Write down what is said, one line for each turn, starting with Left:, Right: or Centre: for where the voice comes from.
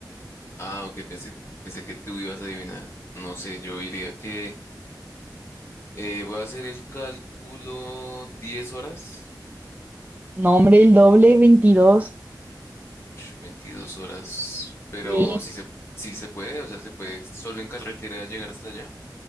Left: Ah, ok, pensé, pensé que tú ibas a adivinar. No sé, yo diría que... Eh, voy a hacer el cálculo 10 horas,
Right: No, hombre, el doble, 22.
Left: 22 horas, pero
Right: Sí,
Left: sí se, sí se puede, o sea, se puede solo en carretera llegar hasta allá.